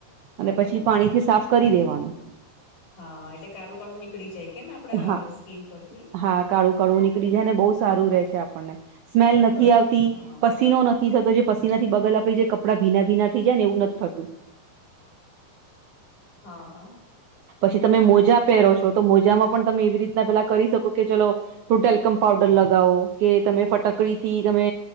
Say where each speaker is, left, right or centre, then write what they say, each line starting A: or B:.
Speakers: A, on the left; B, on the right.
A: બરાબર
B: અને પછી પાણીથી
A: છે
B: સાફ કરી દેવાનું.
A: હા એટલે કાળું કાળું નીકળી જાય કેમ આપડા
B: હા
A: સ્કીન પરથી
B: હા કાળું કાળું
A: ઓકે
B: નીકળી
A: ઓકે.
B: જાય ને બહુ સારું રેય છે આપણ ને સ્મેલ નથી
A: તો
B: આવતી,
A: હા
B: પસીનો નથી નથી થતો જે પસીના થી બગલ આપડી જે કપડાં ભીના ભીના થઈ જાયને એવું નથી થતું.
A: હા હા.
B: પછી તમે મોજા પહેરો છો તો મોજામાં પણ તમે એવી રીતના પેલા કરી શકો કે ચલો થોડો ટેલ્કમ પાઉડર લગાવો કે તમે ફટકડીથી તમે